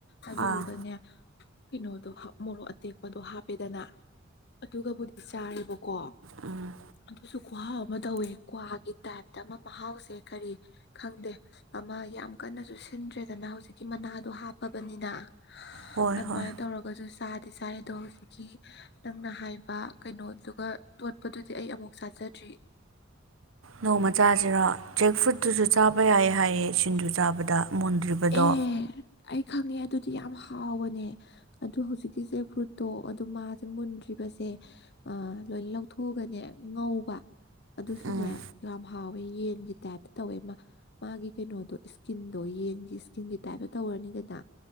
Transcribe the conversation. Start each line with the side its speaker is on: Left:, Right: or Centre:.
Left: ꯑꯗꯨꯗꯨꯒꯅꯦ
Right: ꯑꯥ
Left: ꯀꯩꯅꯣꯗꯣ ꯃꯣꯔꯣꯛ ꯑꯇꯦꯛꯄꯗꯣ ꯍꯥꯞꯄꯦꯗꯅ ꯑꯗꯨꯒꯥꯕꯨꯗꯤ ꯆꯥꯔꯦꯕꯀꯣ
Right: ꯎꯝ
Left: ꯑꯗꯨꯁꯨ ꯈꯨꯍꯥꯎ ꯑꯃ ꯇꯧꯋꯦ ꯀ꯭ꯋꯥꯒꯤ ꯇꯥꯏꯞꯇꯥ ꯑꯃ ꯃꯍꯥꯎꯁꯦ ꯀꯔꯤ ꯈꯪꯗꯦ ꯑꯃ ꯌꯥꯝ ꯀꯟꯅꯁꯨ ꯁꯤꯟꯗ꯭ꯔꯦꯗꯅ ꯍꯧꯖꯤꯛꯀꯤ ꯃꯅꯥꯗꯣ ꯍꯥꯞꯄꯕꯅꯤꯅ <inaudible>
Right: ꯍꯣꯏ
Left: ꯑꯗꯨꯃꯥꯥꯏꯟ
Right: ꯍꯣꯏ
Left: ꯇꯧꯔꯛ ꯄꯖꯨ ꯆꯥꯗꯤ ꯆꯥꯏ ꯑꯗꯣ ꯍꯧꯖꯤꯛꯀꯤ ꯅꯪꯅ ꯍꯥꯏꯕ ꯀꯩꯅꯣꯗꯨꯒꯥ ꯇꯣꯠ ꯄꯗꯨꯗꯤ ꯑꯩ ꯑꯃꯨꯛ ꯆꯥꯖꯗ꯭ꯔꯤ
Right: ꯅꯣꯡꯃꯥ ꯆꯥꯖꯤꯔꯣ ꯖꯦꯛ ꯐ꯭ꯔꯨꯠꯇꯨꯖꯨ ꯆꯥꯕ ꯌꯥꯏꯌꯦ ꯍꯥꯏꯌꯦ ꯁꯤꯡꯖꯨ ꯆꯥꯕꯗ ꯃꯨꯟꯗ꯭ꯔꯤꯕꯗꯣ
Left: ꯑꯦ ꯑꯩ ꯈꯪꯉꯦ ꯑꯗꯨꯗꯤ ꯌꯥꯝ ꯍꯥꯎꯕꯅꯦ ꯑꯗꯨ ꯍꯧꯖꯤꯛꯀꯤ ꯖꯦꯛ ꯐ꯭ꯔꯦꯠꯇꯣ ꯑꯗꯨ ꯃꯥꯖꯦ ꯃꯨꯟꯗ꯭ꯔꯤꯕꯖꯦ ꯑꯥ ꯂꯣꯏ ꯂꯧꯊꯣꯛꯑꯒꯥꯅꯦ ꯉꯧꯕ ꯑꯗꯨꯁꯨꯅꯦ
Right: ꯎꯝ
Left: ꯌꯥꯝ ꯍꯥꯎꯋꯦ ꯌꯦꯟꯒꯤ ꯇꯥꯏꯞꯇꯥ ꯇꯧꯋꯦ ꯃꯥ ꯃꯥꯒꯤ ꯀꯩꯅꯣꯗꯣ ꯏꯁ ꯀꯤꯟꯗꯣ ꯌꯦꯟꯒꯤ ꯏꯁꯀꯤꯟꯒꯤ ꯇꯥꯏꯞꯇꯥ ꯇꯧꯔꯅꯤꯗꯅ